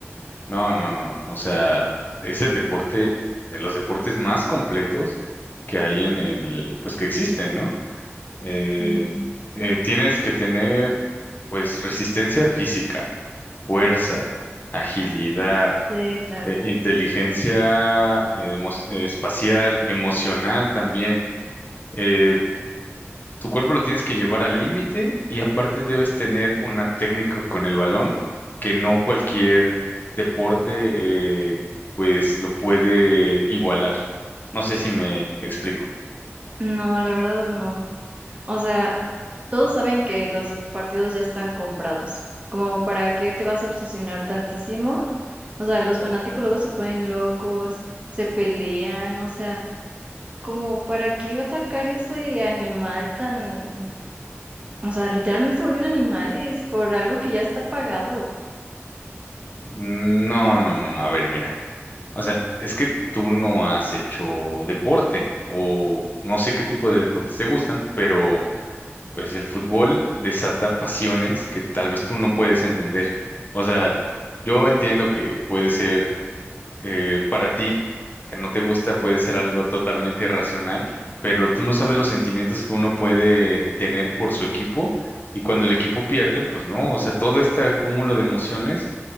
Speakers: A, on the left; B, on the right.
A: No, no, no. O sea, es el deporte, de los deportes más completos que hay en el, pues que existen, ¿no? Eh,
B: Mm,
A: eh, tienes que tener, pues, resistencia física, fuerza,
B: mm.
A: agilidad,
B: Sí, claro.
A: eh, inteligencia eh, emo- eh, espacial, emocional también. eh, Tu cuerpo lo tienes que llevar al límite y aparte debes tener una técnica con el balón que no cualquier deporte eh, pues lo puede igualar. No sé si me explico.
B: No, la verdad no. O sea, todos saben que los partidos ya están comprados. Como para qué te vas a obsesionar tantísimo O sea, los fanáticos luego se ponen locos, se pelean, o sea, como para qué iba a sacar ese animal tan, o sea, literalmente se vuelven animales por algo que ya está pagado.
A: No, no, no, no. A ver, mira. O sea, es que tú no has hecho deporte o no sé qué tipo de deportes te gustan, pero pues el fútbol desata pasiones que tal vez tú no puedes entender. O sea, yo entiendo que puede ser eh, para ti, que no te gusta, puede ser algo totalmente irracional, pero tú no sabes los sentimientos que uno puede tener por su equipo y cuando el equipo pierde, pues no, o sea, todo este acúmulo de emociones